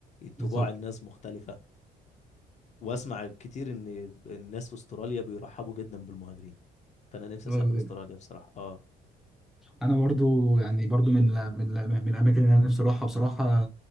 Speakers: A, in the centre; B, on the left.
A: بالظبط
B: طباع الناس مختلفة واسمع كتير ان الناس في استراليا بيرحبوا جدا بالمهاجرين فانا نفسي اسافر
A: ايوه
B: استراليا بصراحه اه
A: انا برضو يعني برضو من من من الاماكن اللي انا نفسي اروحها بصراحه